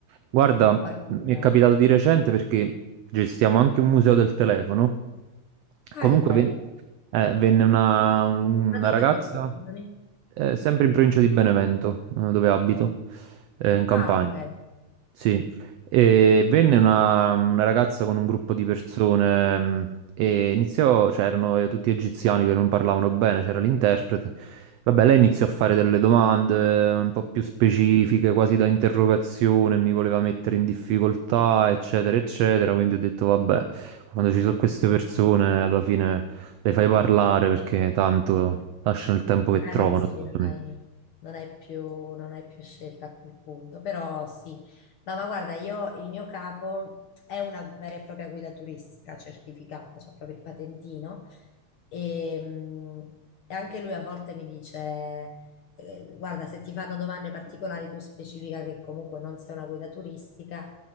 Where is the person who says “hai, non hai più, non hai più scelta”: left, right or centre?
Left